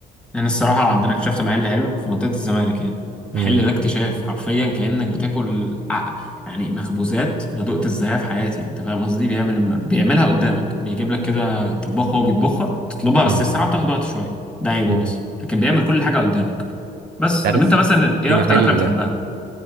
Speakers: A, in the centre; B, on the right (about 70°).
A: يعني الصراحه عندنا اكتشفت محل حلو في منطقه الزمالك يعني
B: امم
A: المحل ده اكتشاف حرفيا كانك بتاكل ع- يعني مخبوزات ما دقت ازايها في حياتي انت فاهم قصدي بيعمل بيعملها قدامك بيجيب لك كده طباخ هو بيطبخها تطلبها بس
B: امم
A: الصراحه بتاخد وقت شويه ده عيبه
B: امم
A: بس لكن بيعمل كل حاجه قدامك بس
B: عارف
A: طب انت مثلا ايه
B: في محل
A: اكتر اكله بتحبها